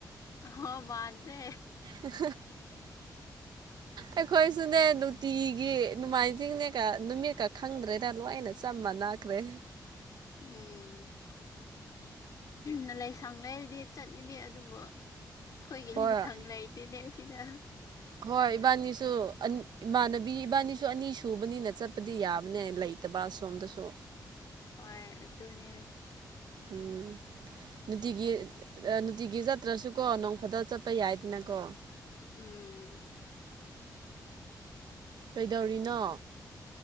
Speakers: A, on the left; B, on the right.
A: ꯑꯍ ꯃꯥꯟꯗ꯭ꯔꯦ
B: <unintelligible> ꯑꯩꯈꯣꯏꯁꯨꯅꯦ ꯅꯨꯡꯇꯤꯒꯤ ꯅꯣꯡꯃꯥꯏꯖꯤꯡꯅꯦꯒ ꯅꯨꯃꯤꯠꯀ ꯈꯪꯗ꯭ꯔꯦꯗ ꯂꯣꯏꯅ ꯆꯞ ꯃꯥꯅꯈ꯭ꯔꯦ
A: ꯎꯝ ꯅ ꯂꯩꯁꯪ ꯂꯩꯔꯗꯤ ꯆꯠꯉꯅꯤ ꯑꯗꯨꯕꯨ ꯑꯩꯈꯣꯏꯒꯤ
B: ꯍꯣꯏ
A: ꯂꯥꯏꯁꯪ ꯂꯩꯇꯦꯅꯦ ꯁꯤꯗ꯫
B: ꯍꯣꯏ ꯏꯕꯥꯅꯤꯁꯨ ꯑꯟ ꯏꯃꯥꯟꯅꯕꯤ ꯏꯕꯥꯅꯤꯁꯨ ꯑꯅꯤ ꯁꯨꯕꯅꯤꯅ ꯆꯠꯄꯗꯤ ꯌꯥꯕꯅꯦ ꯂꯩ ꯇꯕ ꯁꯣꯝꯗꯁꯨ
A: ꯍꯣꯏ ꯑꯗꯨꯅꯦ
B: ꯎꯝ ꯅꯨꯇꯤꯒꯤ ꯑꯥ ꯅꯨꯇꯤꯒꯤ ꯆꯠꯇ꯭ꯔꯁꯨꯀꯣ ꯅꯣꯡ ꯐꯥꯗꯣꯛ ꯆꯠꯄ ꯌꯥꯏꯗꯅꯀꯣ꯫
A: ꯎꯝ
B: ꯀꯩꯗꯧꯔꯤꯅꯣ?